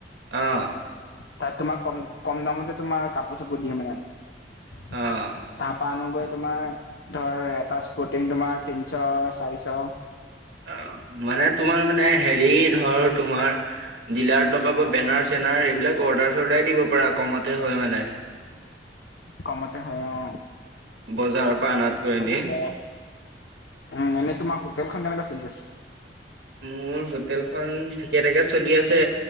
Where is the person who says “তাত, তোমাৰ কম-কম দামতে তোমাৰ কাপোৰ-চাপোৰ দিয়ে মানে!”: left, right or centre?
Left